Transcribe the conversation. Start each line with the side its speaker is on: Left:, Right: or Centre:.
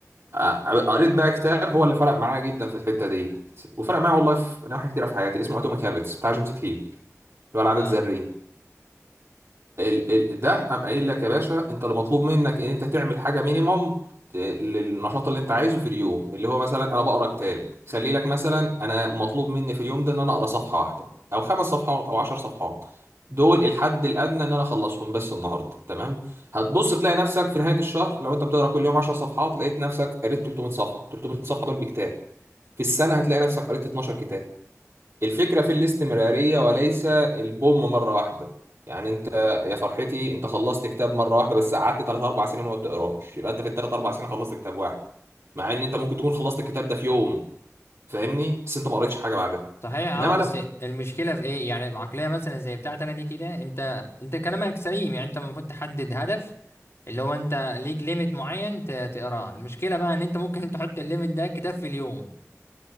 Right: آه، قريت بقى كتاب هو اللي فرق معايا جدا في الحته دي وفرق معايا والله في نواحي كتيره في حياتي اسمه اتوميك هابتس بتاع جيمس كلير اللي هو العادات
Left: اه
Right: الذريه ال ال ده قام قايل لك يا باشا انت اللي مطلوب منك ان انت تعمل حاجه مينيمم ت- للنشاط اللي انت عايزه في اليوم اللي هو مثلا انا بقرا كتاب خلي لك مثلا انا مطلوب مني في اليوم ده ان انا اقرا صفحه واحده او خمس صفحات او عشر صفحات دول الحد الادنى ان انا اخلصهم بس النهارده تمام هتبص تلاقي نفسك في نهايه الشهر لو انت بتقرا كل يوم 10 صفحات لقيت نفسك قريت 300 صفحه 300 صفحه دول بكتاب في السنه هتلاقي نفسك قريت 12 كتاب الفكرة في الاستمرارية وليس البوم مرة واحدة يعني انت يا فرحتي انت خلصت كتاب مرة واحدة بس قعدت 3 4 سنين ما بتقراش يبقى انت في الثلاث اربع سنين خلصت كتاب واحد مع ان انت ممكن تكون خلصت الكتاب ده في يوم فاهمني بس انت ما قريتش حاجة بعدها
Left: صحيح اه
Right: انما
Left: بس
Right: لما
Left: المشكله في ايه يعني بعقليه مثلا زي بتاعتي انا دي كده انت انت كلامك سليم يعني انت المفروض تحدد هدف اللي هو انت ليك ليميت معين ت- تقراه المشكله بقى ان انت ممكن <laughs> تحط الليميت ده كتاب في اليوم